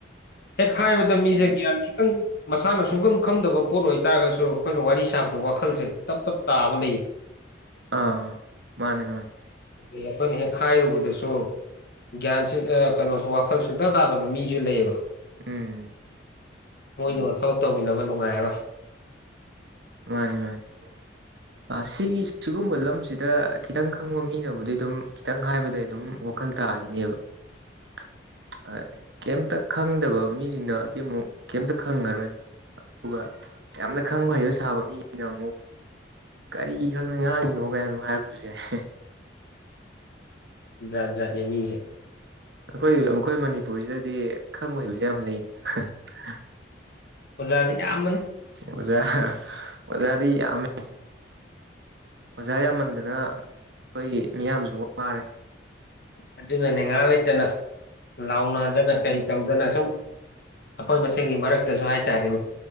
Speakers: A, on the left (about 55°); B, on the right (about 65°).
A: ꯍꯦꯛ ꯍꯥꯏꯕꯗ ꯃꯤꯁꯦ ꯒ꯭ꯌꯥꯟ ꯈꯤꯇꯪ ꯃꯥꯅ ꯁꯨꯈꯪ ꯈꯪꯗꯕ ꯄꯣꯠ ꯑꯣꯏꯇꯥꯥꯔꯒꯁꯨ ꯑꯩꯈꯣꯏꯅ ꯋꯥꯔꯤ ꯁꯥꯕꯗ ꯋꯥꯈꯜꯁꯦ ꯇꯞ ꯇꯞ ꯇꯥꯕ ꯂꯩꯌꯦ
B: ꯑꯥ ꯃꯅꯦ ꯃꯅꯦ
A: ꯑꯦ ꯑꯩꯈꯣꯏꯅ ꯍꯦꯛ ꯈꯥꯏꯔꯨꯕꯗꯁꯨ ꯒ꯭ꯌꯥꯟꯁꯦ ꯑ ꯀꯅꯣꯁꯨ ꯋꯥꯈꯜ ꯁꯨꯡꯛꯇꯥ ꯇꯥꯗꯕ ꯃꯤꯁꯨ ꯂꯩꯌꯦꯕ
B: ꯎꯝ
A: ꯃꯣꯏꯗꯨꯃ ꯊꯕꯛ ꯇꯧꯃꯤꯟꯅꯕ ꯅꯨꯡꯉꯥꯏꯔꯔꯣꯏ
B: ꯃꯥꯅꯤ ꯃꯥꯅꯤ ꯑ ꯁꯤꯒꯤ ꯁꯤꯒꯨꯝꯕ ꯔꯝꯁꯤꯗ ꯈꯤꯇꯪ ꯈꯪꯕ ꯃꯤꯅꯕꯨꯗꯤ ꯗꯨꯝ ꯈꯤꯇꯪ ꯍꯥꯏꯕꯗ ꯗꯨꯝ ꯋꯥꯈꯜ ꯇꯥꯒꯤꯅꯤꯕ <inaudible> ꯑꯥ ꯀꯩꯝꯇ ꯈꯪꯗꯕ ꯃꯤꯁꯤꯡꯅꯗꯤ ꯑꯃꯨꯛ ꯀꯩꯝꯇ ꯈꯪꯉꯔꯣꯏ ꯑꯗꯨꯒ ꯌꯥꯝꯅ ꯈꯪꯕ ꯍꯩꯕ ꯁꯥꯕ ꯃꯤꯅ ꯑꯃꯨꯛ ꯀꯔꯤ ꯈꯪꯗꯅ ꯉꯥꯡꯉꯤꯅꯣ ꯀꯥꯏꯟ ꯗꯨꯝ ꯍꯥꯏꯔꯛꯄꯁꯨ ꯌꯥꯏ
A: ꯖꯥꯠ ꯖꯥꯠꯅꯤ ꯃꯤꯁꯦ
B: ꯑꯈꯣꯏ ꯑꯩꯈꯣꯏ ꯃꯅꯤꯄꯨꯔꯁꯤꯗꯗꯤ ꯈꯪꯕ ꯍꯩꯕꯁꯦ ꯌꯥꯝ ꯂꯩꯅ
A: ꯑꯣꯖꯥꯗꯤ ꯌꯥꯝꯕꯅꯤ
B: ꯑꯣꯖꯥ ꯑꯣꯖꯥꯗꯤ ꯌꯝꯃꯦ ꯑꯣꯖꯥ ꯌꯥꯝꯃꯟꯗꯅ ꯈꯣꯏ ꯃꯤꯌꯥꯝꯁꯨ ꯋꯥꯔꯦ
A: ꯑꯗꯨꯅꯅꯦ ꯉꯍꯥꯛ ꯂꯩꯇꯅ ꯂꯥꯎꯅꯗꯅ ꯀꯩ ꯇꯧꯗꯅ ꯁꯨꯝ ꯑꯩꯈꯣꯏ ꯃꯁꯦꯟꯒꯤ ꯃꯔꯛꯇꯁꯨ ꯍꯥꯏꯇꯥꯔꯦꯅꯦ